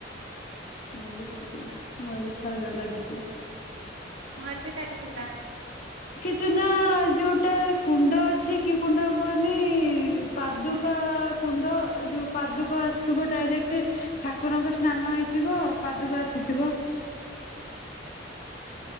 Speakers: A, on the left; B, on the right.
A: ମୁଁ ବି ଲଗେଇଛି ମୋରବି ଥରକରେ ଲାଗିଥିଲା।
B: ମୋରଵି ଲାଗିଥିଲା।
A: ଚୁନାଉ ଯଉଟା କୁଣ୍ଡ ଅଛି କି କୁଣ୍ଡ କୁହନି ପାଦୁକା କୁଣ୍ଡ। ଯୋଉ ପାଦୁକ ଆସୁଥିବ ଡାଇରେକ୍ଟ ଠାକୁରଙ୍କ ସ୍ନାନ ହେଇଥିବ ପାଦୁକ ଆସିଥିବ।
B: <unintelligible>